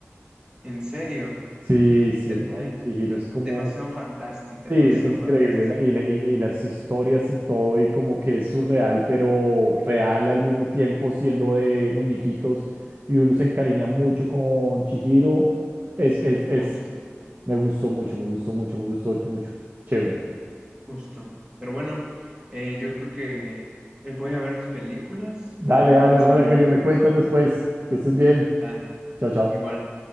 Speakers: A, on the right; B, on the right.
A: En serio,
B: Sí, sí,
A: es
B: el viaje
A: muy,
B: de Chihiro es como,
A: demasiado fantástica,
B: sí,
A: demasiado
B: es increíble,
A: fantástica.
B: la- y, la- y la- y las historias y todo, y como que es surreal, pero real al mismo tiempo, siendo de muñequitos, y uno se encariña mucho con Chihiro. Es, es, es,
A: Justo,
B: me gustó mucho, me gustó mucho, me gustó mucho. Chévere.
A: justo. Pero bueno, eh, yo creo que eh, voy a ver mis películas, voy
B: Dale,
A: a
B: dale,
A: pasarme
B: Rogelio,
A: un maratón.
B: me cuentas después. Que estés bien.
A: Dale,
B: Chao, chao.
A: igual.